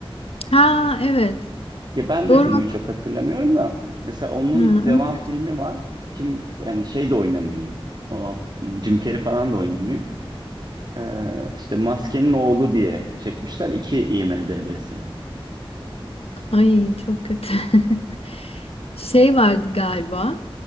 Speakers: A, on the left; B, on the right.
A: Ha evet.
B: Ya ben
A: Doğru.
B: de filmi çok hatırlamıyorum da mesela onun
A: Ha,
B: devam
A: öyle.
B: filmi var. Kim yani şey de oynamıyor. O Jim Carrey falan da oynamıyor. Ee, işte Maskenin Oğlu diye çekmişler. iki IMDb'si.
A: ay çok kötü. <laughs> Şey vardı galiba.